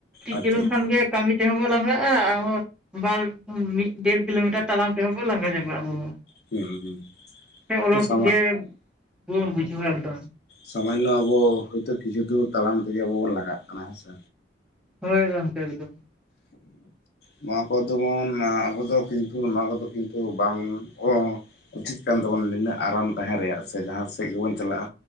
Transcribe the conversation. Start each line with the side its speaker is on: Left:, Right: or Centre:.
Left: ᱟᱪᱪᱷᱟ
Centre: ᱠᱤᱞᱚᱝ
Left: ᱟᱪᱪᱷᱟ
Centre: ᱠᱷᱟᱱ ᱜᱮ ᱠᱟᱢᱤ ᱛᱮᱦᱚᱸ ᱵᱚ ᱞᱟᱸᱜᱟᱜ-ᱟ ᱵᱟᱨ ᱢᱤᱫ ᱰᱮᱲ ᱠᱤᱞᱳᱢᱤᱴᱟᱨ ᱛᱟᱲᱟᱢ ᱛᱮᱦᱚᱸ ᱵᱩ ᱞᱟᱸᱜᱟ ᱪᱟᱵᱟᱜ-ᱟ ᱟᱵᱩ ‌ᱦᱚᱸ᱾
Left: ᱦᱩᱸ
Centre: ᱦᱮᱸ ᱚᱞᱚᱥ
Left: ᱦᱩᱸ ᱥᱟᱢᱟᱜ
Centre: ᱜᱮ ᱵᱩᱱ ᱵᱩᱡᱷᱟᱹᱣᱟ ᱮᱠᱫᱚᱢ᱾
Left: ᱥᱟᱢᱟᱭᱱᱚ ᱟᱵᱚ ᱦᱚᱭᱛᱚ ᱠᱤᱪᱷᱩ ᱫᱩᱨ ᱛᱟᱲᱟᱢ ᱛᱮᱜᱮ ᱟᱵᱚ ᱵᱚᱱ ᱞᱟᱸᱜᱟᱜ ᱠᱟᱱᱟ ᱦᱮᱸᱥᱮ᱾
Centre: ᱦᱳᱭ ᱜᱚᱝᱠᱮ ᱮᱠᱫᱚᱢ᱾
Left: ᱱᱚᱣᱟ ᱠᱚ ᱫᱚᱢᱚᱱ ᱟᱵᱚ ᱫᱚ ᱠᱤᱱᱛᱩ ᱱᱚᱣᱟ ᱠᱚᱫᱚ ᱠᱤᱱᱛᱩ ᱵᱟᱝ ᱚ ᱩᱪᱤᱛ ᱠᱟᱱ ᱛᱟᱵᱚᱱᱟ ᱱᱤᱱᱟᱹᱜ ᱟᱨᱟᱢ ᱛᱟᱦᱮᱸ ᱨᱮᱭᱟᱜ ᱥᱮ ᱡᱟᱦᱟᱸ ᱥᱮᱜ ᱜᱮᱵᱚᱱ ᱪᱟᱞᱟᱜ-ᱟ᱾